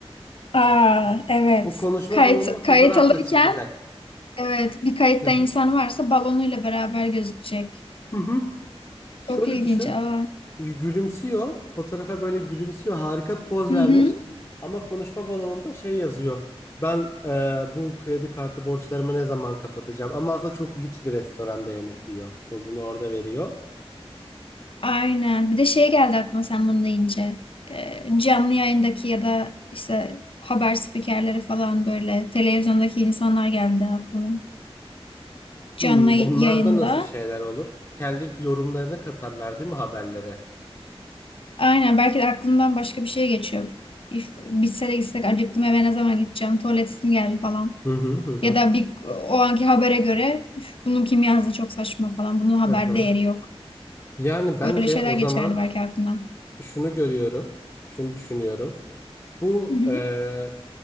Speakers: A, on the left; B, on the left.
A: Aa, evet.
B: O konuşma
A: Kayıt
B: balonuna fotoğraf
A: kayıt alırken
B: da çıkacak.
A: evet bir kayıtta
B: Hı hı.
A: insan varsa balonuyla beraber gözükecek.
B: Hı hı. Şöyle
A: Çok ilginç.
B: düşün.
A: Aa.
B: Gülümsüyor. Fotoğrafa böyle gülümsüyor. Harika bir poz
A: Hı
B: vermiş.
A: hı.
B: Ama konuşma balonunda şey yazıyor. Ben e, bu kredi kartı borçlarımı ne zaman kapatacağım? Ama aslında çok lüks bir restoranda yemek yiyor. Pozunu orada veriyor.
A: Aynen. Bir de şey geldi aklıma sen bunu deyince. Ee, canlı yayındaki ya da işte haber spikerleri falan böyle televizyondaki insanlar geldi aklıma. Canlı
B: Hmm, onlarda
A: yayında.
B: nasıl şeyler olur? Kendi yorumlarını katarlar değil mi haberlere?
A: Aynen. Belki de aklımdan başka bir şey geçiyor. If, Bitse de gitsek acıktım eve ne zaman gideceğim? Tuvaletim geldi falan.
B: Hı hı hı hı.
A: Ya da bir o anki habere göre "Üf, bunu kim yazdı çok saçma falan. Bunun haber
B: Hı hı.
A: değeri yok.
B: Yani bence
A: Öyle şeyler
B: o zaman
A: geçerdi belki aklımdan.
B: şunu görüyorum, şunu düşünüyorum. Bu
A: Hı hı.
B: eee,